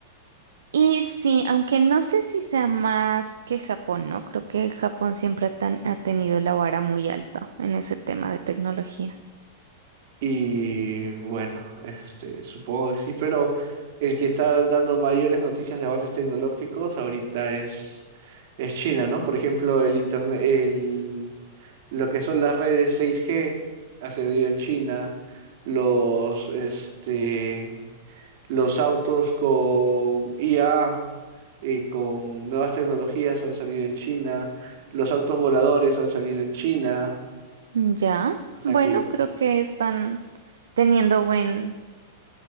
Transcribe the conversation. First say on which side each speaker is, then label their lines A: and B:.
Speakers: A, on the right; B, on the right.
A: Y sí, aunque no sé si sea más que Japón, ¿no? Creo que Japón siempre ha, tan- ha tenido la vara muy alta en ese tema de tecnología.
B: Y bueno, este, supongo que sí, pero el que está dando mayores noticias de avances tecnológicos ahorita es, es China, ¿no? Por ejemplo, el internet, el, lo que son las redes 6G ha cedido en China, los, este, los autos con IA y con nuevas tecnologías han salido en China, los autos voladores han salido en China,
A: Ya,
B: o sea
A: bueno,
B: que
A: creo que están teniendo buen,